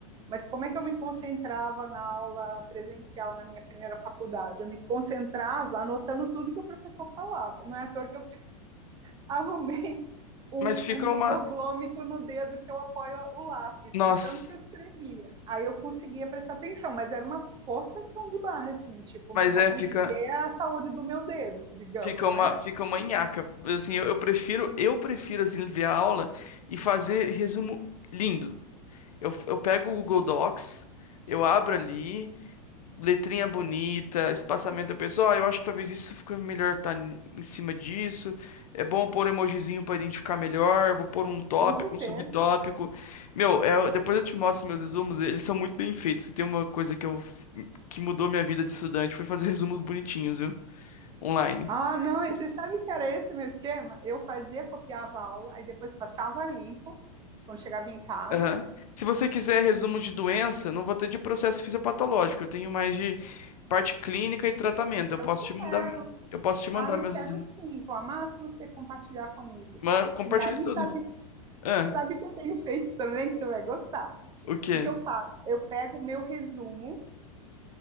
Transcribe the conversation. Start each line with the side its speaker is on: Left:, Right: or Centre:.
Right: Mas como é que eu me concentrava na aula presencial na minha primeira faculdade? Eu me concentrava anotando tudo que o professor falava. Não é à toa que eu arrumei um,
Left: Mas fica
Right: um tumor
Left: uma,
Right: glômico no dedo que eu apoio o lápis,
Left: nossa,
Right: de tanto que eu escrevia. Aí eu conseguia prestar atenção, mas era uma forçação de barra, assim, tipo,
Left: mas
Right: me sacrifiquei
Left: é fica
Right: a saúde do meu dedo, digamos,
Left: fica uma
Right: né?
Left: fica uma nhaca. Assim, eu, eu prefiro eu prefiro assim ver a aula e fazer resumo lindo. Eu, eu pego o Google Docs, eu abro ali, letrinha bonita, espaçamento. Eu penso, ó, eu acho que talvez isso fique melhor tá n- em cima disso. É bom pôr emojizinho pra identificar melhor. Vou pôr um tópico,
Right: Com certeza.
Left: um subtópico. Meu, é, depois eu te mostro meus resumos, eles são muito bem feitos. Se Tem uma coisa que eu que mudou minha vida de estudante foi fazer resumos bonitinhos, viu? Online.
Right: Ah, não, e você sabe que era esse meu esquema? Eu fazia, copiava a aula, aí depois passava limpo, quando chegava em casa,
Left: Aham. Se você quiser resumos de doença, não vou ter de processo fisiopatológico. Eu tenho mais de Parte clínica e tratamento. Eu
Right: eu
Left: posso
Right: quero.
Left: te mandar, eu posso te mandar
Right: Ah, eu
Left: meus
Right: quero
Left: resultados.
Right: sim, vou amar se você compartilhar comigo.
Left: Mas compartilhe
Right: E aí,
Left: tudo.
Right: sabe,
Left: Ah,
Right: sabe que eu tenho feito também, que você vai gostar? O
Left: o quê?
Right: que que eu faço? Eu pego o meu resumo,